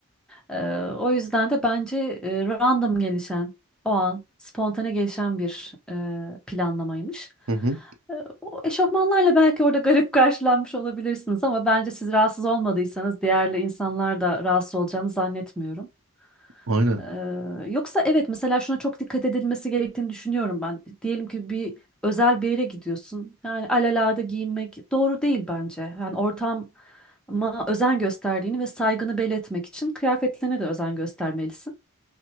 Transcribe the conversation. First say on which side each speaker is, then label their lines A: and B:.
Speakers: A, in the centre; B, on the right.
A: Ee, o yüzden de bence e, random gelişen, o an spontane gelişen bir e, planlamaymış.
B: Hı hı.
A: Ee, o eşofmanlarla belki orada garip karşılanmış olabilirsiniz ama bence siz rahatsız olmadıysanız diğerli insanlar da rahatsız olacağını zannetmiyorum.
B: Aynen
A: Ee, yoksa evet mesela şuna çok dikkat edilmesi gerektiğini düşünüyorum ben. Diyelim ki bir özel bir yere gidiyorsun. Yani alelade giyinmek doğru değil bence. Yani ortama özen gösterdiğini ve saygını belli etmek için kıyafetlerine de özen göstermelisin.